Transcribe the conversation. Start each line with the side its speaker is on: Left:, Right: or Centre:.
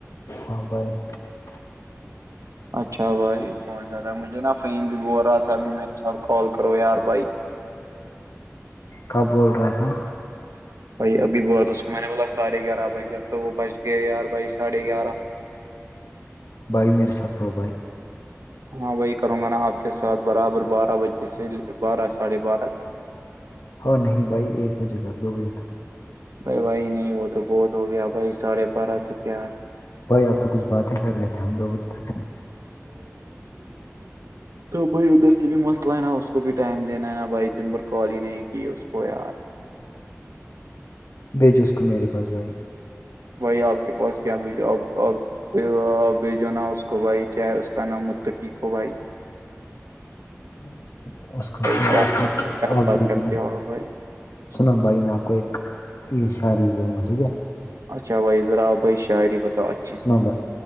Left: ہاں <inaudible>
Right: اچھا بھائی بہت زیادہ ہے مجھے نا فہیم بھی بول رہا تھا ابھی میرے ساتھ کال کرو یار بھائی
Left: کب بول رہا تھا
Right: بھائی ابھی با تھا اس کو میں نے بولا ساڑھے گیار بھائی اب تو وہ بج گ یار بھائی ساھے گیارہ
Left: بھائی میرے ساتھ کرو بھائی
Right: ہاں وہی کروں گا نا آپ کے ساتھ برابر بارہ بجے سے بارہ ساڑھے بارہ تک
Left: اور نہیں بھائی ایک بجے تک دو بجے تک
Right: بھائی بھائی نہیں وہ تو بہت ہو گیا بھائی ساڑھے بارہ تک یار
Left: بھائی آپ تو کچھ باتیں کر رہے تھے ہم دو بجے تک رہیں گے
Right: بھائی ادھر سے بھی مسئلہ ہے نا اس کو بھی ٹائم دینا ہے نا بھائی دن بھر کال ہی نہیں کی اس کو یار
Left: بیجو اس کو میرے پاس بھائی
Right: بھائی آپ کے پاس کیا بھی ج بی جو نا اس کو بھائی کیا ہے اس کا نام متقیق ہو بھائی
Left: <inaudible>
Right: بھائی کیا کیا بات کرتے ہو بھائی
Left: سناو بھائی میں آپ کو ایک یہ شاری بولوں گا ٹھیک ہے
Right: اچھا بھائی ذرا آپ بھائی شاعری بتاؤ اچھی سی
Left: سنو بھائی